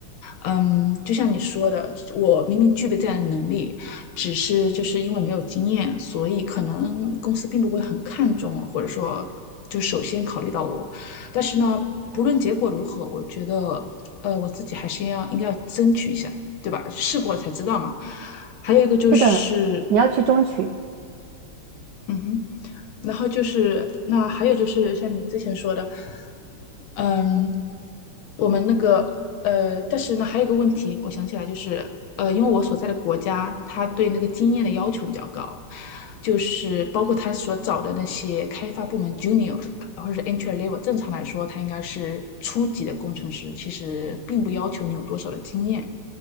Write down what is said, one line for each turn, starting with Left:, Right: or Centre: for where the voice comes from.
Left: 嗯，就像你说的，我明明具备这样的能力，只是就是因为没有经验，所以可能公司并不会很看重我，或者说就首先考虑到我。但是呢，不论结果如何，我觉得，呃，我自己还是要应该要争取一下，对吧？试过了才知道嘛。还有一个就是。
Right: 是的，你要去争取。
Left: 嗯哼，然后就是那还有就是像你之前说的，嗯，我们那个呃，但是呢还有一个问题，我想起来就是呃，因为我所在的国家，它对那个经验的要求比较高，就是包括他所找的那些开发部门 junior 或者是 entry level，正常来说它应该是初级的工程师，其实并不要求你有多少的经验。